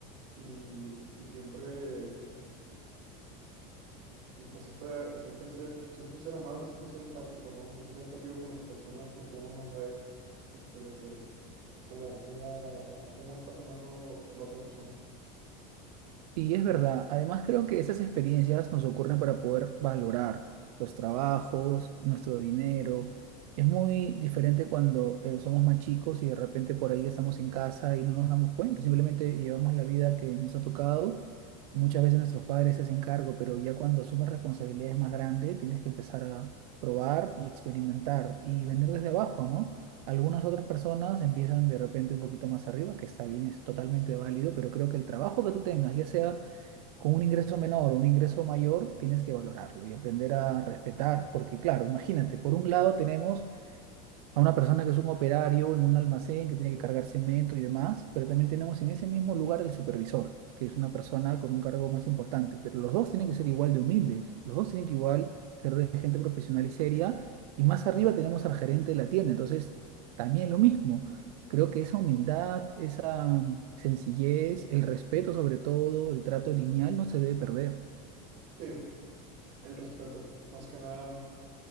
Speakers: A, on the right; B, on the right.
A: y, y siempre, y pues siempre, siempre ser, siempre ser amable, siempre ser empático, ¿no? Siempre ser empático con las personas porque uno no sabe, este, lo que, cómo, cómo, cómo está pasando la otra persona.
B: Y es verdad, además creo que esas experiencias nos ocurren para poder valorar los trabajos, nuestro dinero. Es muy diferente cuando eh, somos más chicos y de repente por ahí estamos en casa y no nos damos cuenta, simplemente llevamos la vida que nos ha tocado. Muchas veces nuestros padres se hacen cargo, pero ya cuando asumes responsabilidades más grandes, tienes que empezar a probar y experimentar y venir desde abajo, ¿no? Algunas otras personas empiezan de repente un poquito más arriba, que está bien, es totalmente válido, pero creo que el trabajo que tú tengas, ya sea con un ingreso menor o un ingreso mayor, tienes que valorarlo y aprender a respetar, porque claro, imagínate, por un lado tenemos a una persona que es un operario en un almacén que tiene que cargar cemento y demás, pero también tenemos en ese mismo lugar al supervisor, que es una persona con un cargo más importante, pero los dos tienen que ser igual de humildes, los dos tienen que igual ser de gente profesional y seria, y más arriba tenemos al gerente de la tienda, entonces también lo mismo. Creo que esa humildad, esa mm, sencillez, el respeto sobre todo, el trato lineal no se debe perder.
A: Sí, el respeto, más que nada,